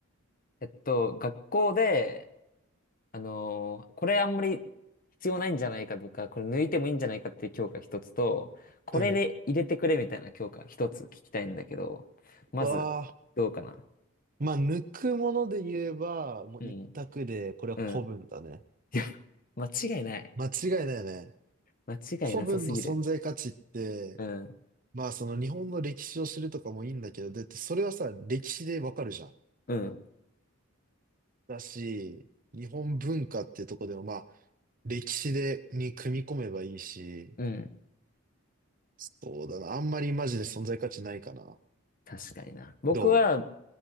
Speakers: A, on the left; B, on the right.
A: えっと、学校で、あのーこれあんまり必要ないんじゃないかとか、これ抜いてもいいんじゃないかっていう教科一つと、これで入れてくれみたいな教科一つ聞きたいんだけど、
B: うん。
A: まず、
B: わあ。
A: どうかな
B: まあ、抜くもので言えば、もう一択で、
A: うん。
B: これは古文だね。
A: うん。<laughs> 間違いない。
B: 間違いないね。
A: 間違いなさすぎる。
B: 古文の存在価値って、
A: うん。
B: まあ、その日本の歴史を知るとかもいいんだけど、だってそれはさ、歴史でわかるじゃん。
A: うん。
B: だし、日本文化っていうとこでも、まあ、歴史で、に組み込めばいいし、
A: うん。
B: そうだな。あんまりマジで存在価値ないかな。
A: 確かにな。僕は、
B: ど